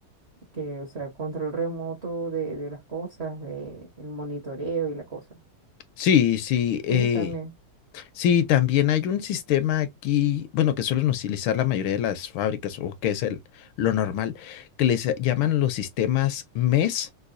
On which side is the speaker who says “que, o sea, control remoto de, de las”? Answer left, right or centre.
Right